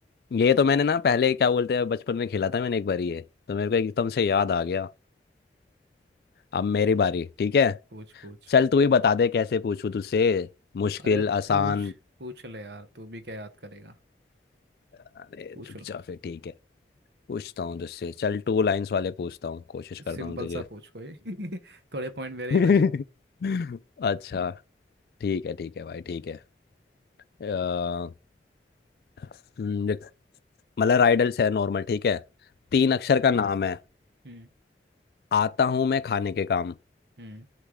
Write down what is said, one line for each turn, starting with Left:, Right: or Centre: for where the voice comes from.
Left: ये तो मैंने ना पहले क्या बोलते हैं बचपन में खेला था मैंने एक बारी ये तो मेरे को एकदम से याद आ गया अब मेरी
Right: हम्म,
Left: बारी ठीक है
Right: पूछ पूछ
Left: चल तू ही बता दे कैसे पूछूं तुझसे मुश्किल
Right: अरे
Left: आसान
Right: पूछ पूछ ले यार तू भी क्या याद करेगा
Left: अरे
Right: पूछ
Left: चुपचाप
Right: ले
Left: फिर ठीक है पूछता हूँ तुझसे चल टू लाइंस वाले पूछता हूँ कोशिश करता
Right: सिंपल
Left: हूँ तुझे
Right: सा पूछ कोई <laughs> थोड़े पॉइंट मेरे
Left: <laughs>
Right: ही बने
Left: अच्छा ठीक है ठीक है भाई ठीक है अ, हम्म, देख, मतलब राइडल्स है नॉर्मल ठीक है तीन अक्षर का नाम है
Right: हम्म
Left: आता हूँ मैं खाने के काम
Right: हम्म